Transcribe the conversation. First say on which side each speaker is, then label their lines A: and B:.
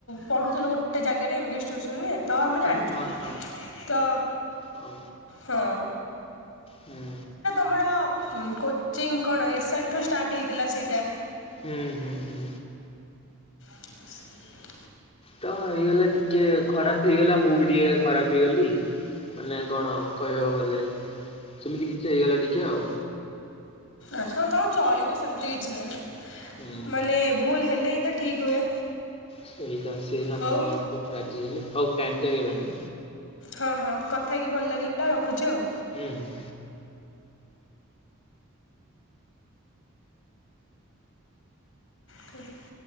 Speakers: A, on the left; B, on the left.
A: ପଢୁଥିଲୁ ଗଟେ। ସେ ଜାଗାରେ ଇଂଲିଶ ଟିଉସନ - ନ <unintelligible> ତ ଆମେ ଜାଣିଛୁ
B: ହଁ ହଁ
A: ତ
B: ହୁଁ
A: ହଁ
B: ହୁଁ
A: ଆମର କୋଚିଂ କଣ ଏସ୍ ଆର୍ଠୁ ଷ୍ଟାର୍ଟ ହେଇଥିଲା ସେଇଟା।
B: ହୁଁ ହୁଁ ହୁଁ
A: ଠିକ <inaudible>
B: ତ ହେଇଗଲା ଟିକେ ଖରାପ। ହେଇଗଲା ମୁଁ ବି ଟିକେ ଖରାପ ହେଇଗଲି ମାନେ କଣ କହିବାକୁ ଗଲେ। ସେମିତି କିଛି ହେଇଗଲା ଟିକେ ଆଉ।
A: ଆଛା ଆଉ ଚଳିବ ସେମିତି କିଛି ନାହିଁ।
B: ହୁଁ
A: ମାନେ ଭୁଲ ହେଲେ ହିଁ ତ ଠିକ୍ ହୁଏ।
B: ସେଇଟା ସେନା
A: ହଉ
B: ମାନିବାକୁ ରାଜି ହେଲେ ହଉ ଟାଇମ ତ ହେଇଗଲାଣି।
A: ହଁ ହଁ କଥା ହେଇକି ଭଲ ଲାଗିଲା ଆଉ ରଖୁଛି ଆଉ।
B: ହୁଁ ହୁଁ
A: କ <inaudible>